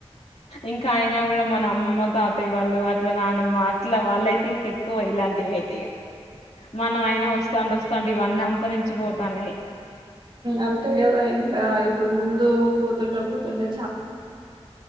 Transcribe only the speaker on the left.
ఇంకా అయినా కూడా మన అమ్మమ్మ తాతయ్య వాళ్ళు అట్ల నానమ్మ అట్లా వాళ్లయితే ఇంకా ఎక్కువ ఇలాంటివి అయితే మనం అయినా వస్తాంటె వస్తాంటే ఇవన్నీ అంతరించిపోతాన్నాయి